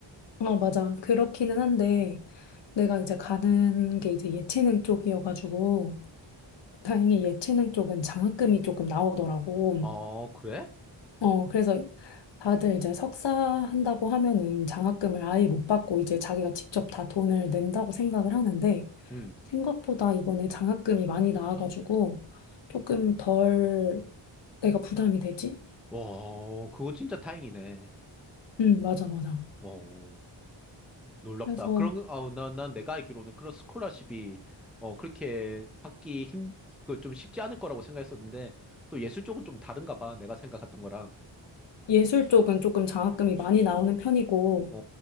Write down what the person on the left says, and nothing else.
어, 맞아. 그렇기는 한데 내가 이제 가는 게 이제 예체능 쪽이어가지고 다행히 예체능 쪽은 장학금이 조금 나오더라고.
어, 그래서 다들 이제 석사 한다고 하면은 장학금을 아예 못 받고 이제 자기가 직접 다 돈을 낸다고 생각을 하는데
생각보다 이번에 장학금이 많이 나와가지고 조금 덜 내가 부담이 되지?
응, 맞아, 맞아.
그래서
예술 쪽은 조금 장학금이 많이 나오는 편이고